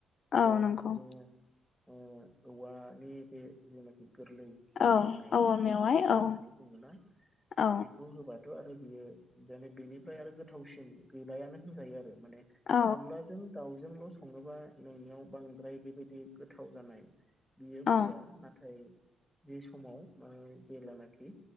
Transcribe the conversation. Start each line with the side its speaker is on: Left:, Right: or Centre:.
Centre: आरो
Left: औ नंगौ
Centre: बिदिनो ओ औवानि बे जेनाखि गोरलै खिन्दु
Left: औ
Centre: जेननाय
Left: औवा
Centre: जायखौ
Left: मेवाइ
Centre: मेवा
Left: औ
Centre: होननानै बुङोना
Left: औ
Centre: बेखौ खौहोबाथ' आरो बियोे बेनिफाय आरो गोथावसिन गैलायानो होनजायो आरो माने।
Left: औ
Centre: अनलाजों दाउजोंल' सङोबा नोंनियाव बांद्राय बेबायदि गोथाव जानाय बियो
Left: औ
Centre: फैया नाथाय जि समाव जेेलानाखि